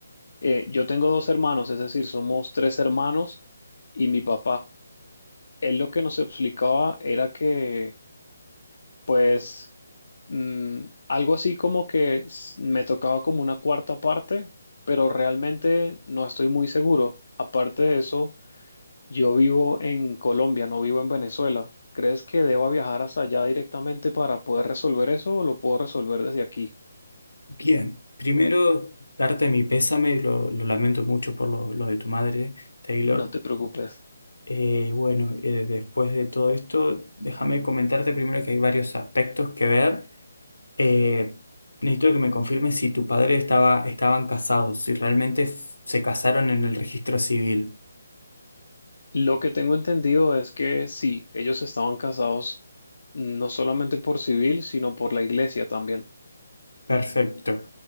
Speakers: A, on the left (about 60°); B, on the left (about 75°).
A: Eh, yo tengo dos hermanos, es decir, somos tres hermanos y mi papá. Él lo que nos explicaba era que, pues, mm, algo así como que s- me tocaba como una cuarta parte, pero realmente no estoy muy seguro. Aparte de eso, yo vivo en Colombia, no vivo en Venezuela. ¿Crees que deba viajar hasta allá directamente para poder resolver eso o lo puedo resolver desde aquí?
B: Bien, primero darte mi pésame, lo, lo lamento mucho por lo, lo de tu madre, Taylor.
A: No te preocupes.
B: Eh, y bueno, eh, después de todo esto, déjame comentarte primero que hay varios aspectos que ver. Eh, necesito que me confirmes si tu padre estaba, estaban casados, si realmente f- se casaron en el registro civil.
A: Lo que tengo entendido es que sí, ellos estaban casados mm, no solamente por civil, sino por la iglesia también.
B: Perfecto.